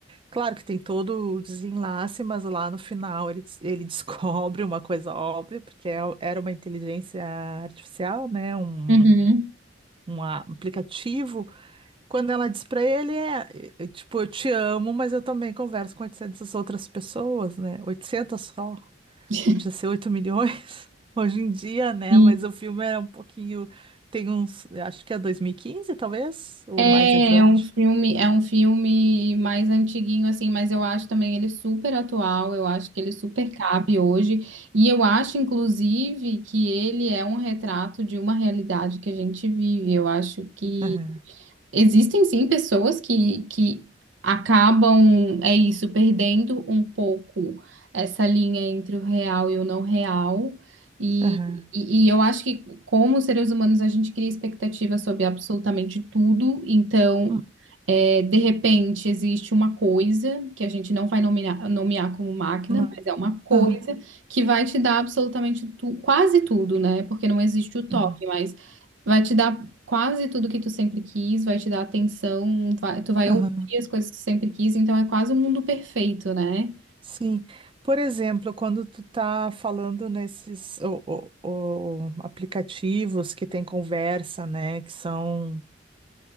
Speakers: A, on the right; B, on the right.
A: Claro que tem todo o desenlace, mas lá no final ele, des- ele <laughs> descobre uma coisa óbvia, porque é- era uma inteligência artificial, né? Um,
B: uhum.
A: um a- aplicativo. Quando ela diz pra ele, é, e- tipo, eu te amo, mas eu também converso com 800 outras pessoas, né? oitocentas só.
B: Sim.
A: Podia ser 8 milhões <laughs> hoje em dia, né?
B: <laughs>
A: Mas o filme é um pouquinho. Tem uns. Acho que é dois mil e quinze talvez, ou
B: É,
A: mais adiante.
B: é um filme, é um filme mais antiguinho assim, mas eu acho também ele super atual, eu acho que ele super cabe hoje, e eu acho inclusive que ele é um retrato de uma realidade que a gente vive. Eu acho que
A: Aham,
B: Existem sim pessoas que, que acabam, é isso, perdendo um pouco essa linha entre o real e o não real. E,
A: aham.
B: e, e eu acho que, como seres humanos, a gente cria expectativa sobre absolutamente tudo. Então,
A: Hum,
B: é, de repente, existe uma coisa que a gente não vai nomear, nomear como máquina,
A: Não.
B: mas é uma coisa
A: Aham,
B: que vai te dar absolutamente tu, quase tudo, né? Porque não existe o toque,
A: aham,
B: mas vai te dar quase tudo que tu sempre quis, vai te dar atenção, vai- tu vai
A: aham.
B: ouvir as coisas que tu sempre quis, então é quase um mundo perfeito, né?
A: Sim. Por exemplo, quando tu tá falando nesses o, o- o aplicativos que tem conversa, né? Que são.